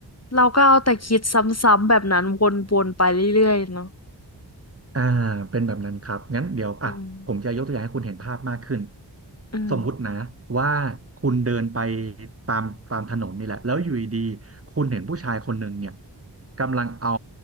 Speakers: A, on the left; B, on the right.
A: เราก็เอาแต่คิดซ้ำๆแบบนั้นวนๆไปเรื่อยๆเนาะ
B: อ่าเป็นแบบนั้นครับงั้นเดี๋ยวอ่ะผมจะยกตัวอย่างให้คุณเห็นภาพมากขึ้น
A: อืมอืม
B: สมมุตินะว่าคุณเดินไปตามตามถนนนี่แหละแล้วอยู่ดีๆคุณเห็นผู้ชายคนหนึ่งเนี่ยกำลังเอา